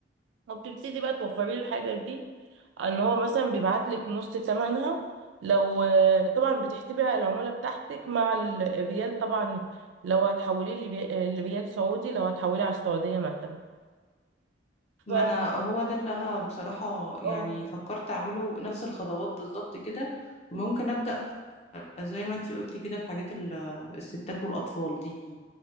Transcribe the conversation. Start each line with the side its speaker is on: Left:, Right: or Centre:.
Right: وبتبتدي بقى توفري له الحاجة دي ان هو مثلا بيبعت لك نص تمنها لو طبعا بتحسبي العمولة بتاعتك مع ال- الريال طبعا لو هتحوليه لبي- لريال سعودي لو هتحوليه على السعودية مثلا ف
Left: ما انا هو ده اللي انا بصراحة يعني
Right: اه
Left: فكرت اعمله نفس الخطوات بالظبط كده ممكن ابدأ زي ما انتي قلتي كده في حاجات ال- الستات والاطفال دي